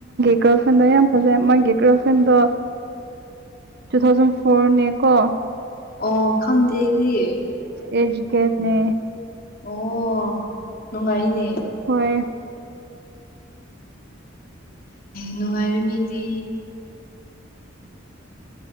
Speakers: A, on the right; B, on the left.
A: ꯒ꯭ꯔꯜꯐꯦꯟꯗꯣ ꯌꯥꯝ ꯐꯖꯩ ꯃꯥꯒꯤ ꯒ꯭ꯔꯜꯐꯦꯟꯗꯣ ꯇꯨ ꯊꯥꯎꯖꯟ ꯐꯣꯔꯅꯦ ꯀꯣ
B: ꯑꯣ ꯈꯪꯗꯦ ꯑꯩꯗꯤ
A: ꯑꯦꯖꯨꯒꯦꯗꯅꯦ
B: ꯑꯣ ꯅꯨꯡꯉꯥꯏꯅꯦ
A: ꯍꯣꯏ
B: ꯅꯨꯡꯉꯥꯏꯔꯦꯃꯤꯗꯤ